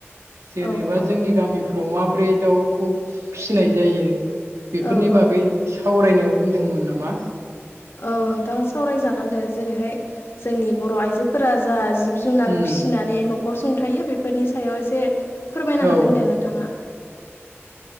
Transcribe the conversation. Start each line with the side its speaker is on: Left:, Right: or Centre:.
Right: जेनेबा
Left: औ औ
Right: जोंनि गामिफ्राव माब्रै दाउखौ फिसिनाय जायो बेफोरनि
Left: औ औ
Right: बागै सावरायनो होनदोंमोन नामा
Left: औ नोंथां सावरायजागोन दे जेरैहाय जोंनि बर' आइजोफोरा जा जिब जुनार
Right: उम
Left: फिसिनानै न'खर सुंथायो बेफोरनि सायाव एसे फोरमायनो
Right: औ
Left: हागोन दे नोंथाङा